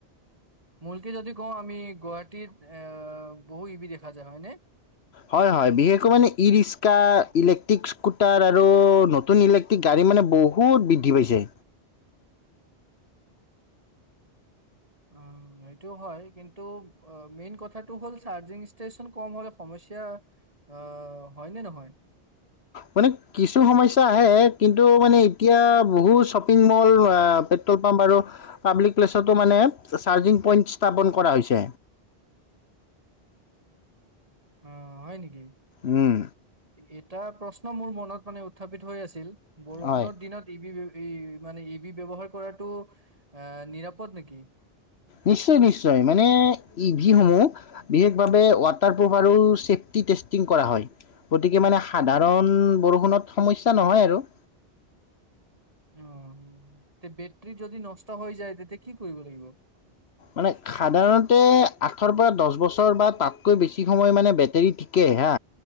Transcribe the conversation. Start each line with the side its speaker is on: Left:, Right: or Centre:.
Right: মূলকে যদি কওঁ আমি, গুৱাহাটীত এ, বহু ইবি, দেখা যায় হয়নে?
Left: হয়, হয়, বিশেষকৈ মানে ই ৰিক্সা ইলেক্ট্ৰিক স্কুটাৰ আৰু নতুন ইলে টিক, গাড়ী মানে বহুত বৃদ্ধি পাইছে।
Right: অ, সেইটো হয়, কিন্তু মেইন কথাটো হ'ল, চাৰ্জিং ষ্টেচন কম হ'লে সমস্যা অ, হয়নে নহয়?
Left: মানে কিছু সমস্যা আহে, কিন্তু মানে এতিয়া বহুত শ্বপিং মল আহ, পেট্ৰল পাম্প আৰু পাব্লিক প্লেছতো মানে, চাৰ্জিং পইণ্ট স্থাপন কৰা হৈছে।
Right: অ, হয় নেকি?
Left: উম,
Right: এটা প্ৰশ্ন মোৰ মনত মানে উত্থাপিত হৈ আছিল, বৰষুণৰ
Left: হয়
Right: দিনত মানে ইবি, এ, ইবি, ব্যৱহাৰ কৰাটো আ, নিৰাপদ নেকি?
Left: নিশ্চয়, নিশ্চয়, মানে ইভি সমূহ বিশেষ ভাবে ৱাটাৰপ্ৰুফ আৰু চফ্টি টেষ্টিং কৰা হয়। গতিকে মানে সাধাৰণ বৰষুণত সমস্যা নহয় আৰু।
Right: অ, তে বেটৰী যদি নষ্ট হৈ যায়, তেতিয়া কি কৰিব লাগিব?
Left: মানে সাধাৰণতে আঠৰ পৰা দহ বছৰ বা তাতকৈ বেছি সময় মানে বেটেৰী ঠিকে হা,